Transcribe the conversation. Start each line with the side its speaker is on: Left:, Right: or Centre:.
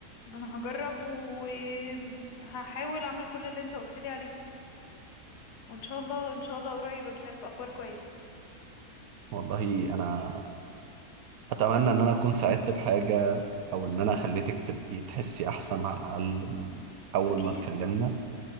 Left: انا هجرب وهحاول اعمل كل اللي انت قلت لي عليه وان شاء الله ان شاء الله قريب اجي لك باخبار كويسة
Right: والله أنا اتمنى ان انا اكون ساعدت بحاجه او ان انا خليتك تبقي تحسي احسن على الاقل من اول
Left: اكيد
Right: ما اتكلمنا